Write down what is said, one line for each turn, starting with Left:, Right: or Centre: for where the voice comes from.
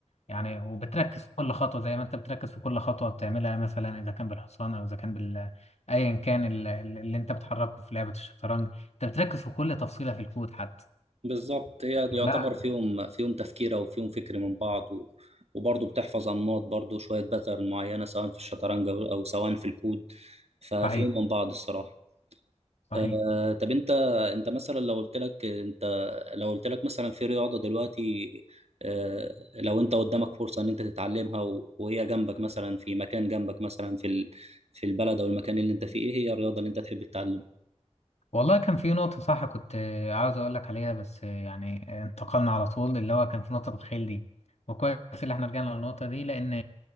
Left: يعني وبتركز في كل خطوه زي ما انت بتركز في كل خطوه بتعملها مثلا اذا كان بالحصان او اذا كان بال ايا كان ال- اللي انت بتحركه في لعبه الشطرنج انت بتركز في كل تفصيله في الكود حتى
Right: بالظبط هي يعتبر
Left: لا
Right: فيهم فيهم تفكير أو فيهم فكر من بعض و... وبرضه بتحفظ أنماط برضه شوية باترن معينة سواء في الشطرنج أو أو سواء في الكود ففيهم
Left: صحيح
Right: من بعض الصراحة
Left: صحيح
Right: آه، طب انت انت مثلا لو قلت لك انت لو قلت لك مثلا في رياضة دلوقتي آه، لو انت قدامك فرصة ان انت تتعلمها و- وهي جنبك مثلا في مكان جنبك مثلا في ال- في البلد او المكان اللي انت فيه ايه هي الرياضة اللي انت تحب تتعلمها؟
Left: والله كان في نقطة صح كنت آه، عاوز أقول لك عليها بس آه، يعني آه، انتقلنا على طول اللي هو كان في نقطة الخيل دي وكويس اللي احنا رجعنا للنقطة دي لأن